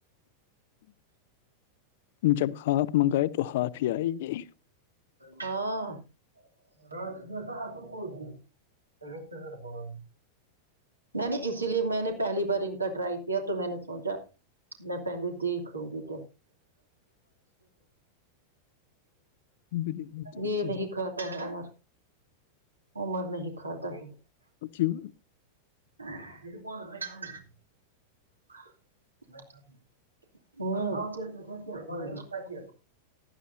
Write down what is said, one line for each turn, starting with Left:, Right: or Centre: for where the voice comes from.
Left: جب ہاف منگائے تو ہاف ہی آئے گی
Right: ہاں <unintelligible> میں نہیں اسی لیے میں نے پہلی بار ان کا ٹرائی کیا تو میں نے سوچا میں پہلے دیکھ لوں گی
Left: بریانی تو
Right: یہ
Left: اچھی
Right: نہیں کھاتا ہے عمر عمر نہیں کھاتا ہے
Left: کیوں
Right: <unintelligible> گ ہے